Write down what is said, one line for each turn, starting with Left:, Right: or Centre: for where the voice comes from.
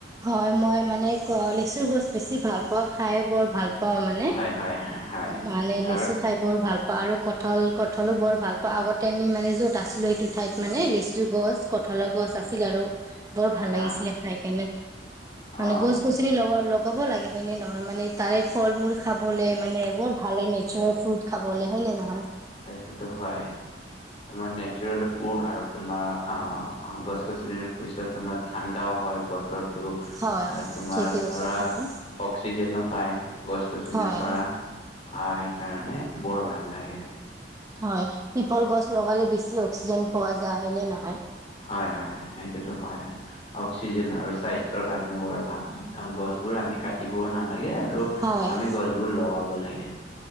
Right: হয় মই মানে লেচুৰ গছ বেছি ভাল পাওঁ। খাই বৰ- ভাল পাওঁ মানে
Left: হয়, হয়, হয়
Right: মানে লেচু
Left: আৰু
Right: খাই বৰ ভাল আৰু কঠাল কঠালো বৰ ভাল পাওঁ আগতে আমি মানে যত আছিলো সেইটো ঠাইত মানে লেচু গছ, কঠালৰ গছ আছিল আৰু বৰ ভাল লাগিছিলে
Left: অ',
Right: খাই কেনে মানে
Left: অ',
Right: গছ গছনি লগত লগাব লাগে হয় নে নহয় মানে তাৰে ফল মূল খাবলে মানে বৰ ভাল হয়। নেচাৰেল ফ্ৰুট খাবলে হয় নে নহয়।
Left: সেইটোতো হয় তোমাৰ নেচাৰেল ফুড আৰু তোমাৰ অ গছ গছনিৰ পিছত তোমাৰ ঠাণ্ডাও হয় বতৰ টো
Right: হয়
Left: আৰু তোমাৰ
Right: ঠিকে কৈছা
Left: ধৰা
Right: তুমি।
Left: অক্সিজেনো পায় গছ গছনিৰ
Right: হয়
Left: পৰা অ এই কাৰণে বৰ ভাল লাগে।
Right: হয় পিপল গছ লগালে বেছি অক্সিজেন পোৱা যায় হয় নে নহয়?
Left: হয় হয় সেইটোতো হয় অক্সিজেন আৰু স্বাস্থ কাৰণে বৰ ভাল গছ বোৰ আমি কাটিবও না লাগে আৰু
Right: হয়
Left: আমি গছবোৰ লগাব লাগে।